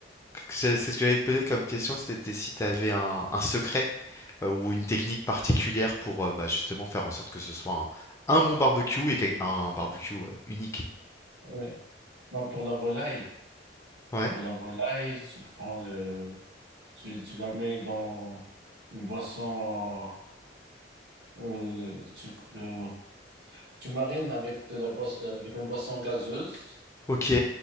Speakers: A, on the left; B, on the right.
A: que- c'est c'est ce que j'allais te poser comme question, c'était si tu avais un, un secret euh, ou une technique particulière pour euh, bah, justement faire en sorte que ce soit un, un bon barbecue et quel- un barbecue euh, unique.
B: Oui. Bah, pour la volaille,
A: Ouais,
B: pour la volaille, tu prends le, tu, tu la mets dans une boisson, euh, tu, euh, tu marines avec de la boisson, avec une boisson gazeuse.
A: ok,